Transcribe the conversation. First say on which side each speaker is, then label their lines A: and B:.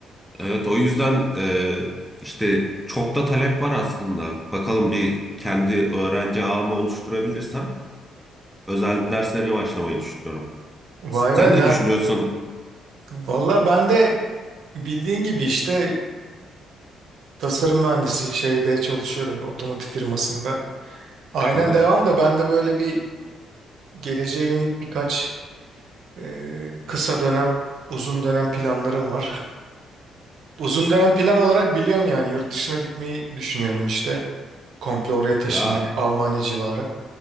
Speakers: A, in the centre; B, on the right.
A: Evet o yüzden e, işte çok da talep var aslında. Bakalım bir kendi öğrenci ağımı oluşturabilirsem özel derslere başlamayı düşünüyorum. Sen
B: Vay be
A: ne
B: ner
A: düşünüyorsun?
B: Valla ben de bildiğin gibi işte e, tasarım mühendisi şeyde çalışıyorum otomotiv firmasında. Aynen
A: Hı hı.
B: devam da ben de böyle bir geleceğe yönelik birkaç e, kısa dönem uzun dönem planlarım var. Uzun dönem plan olarak biliyorsun yani yurt dışına gitmeyi düşünüyorum işte komple oraya taşınmayı
A: Ya
B: Almanya civarı.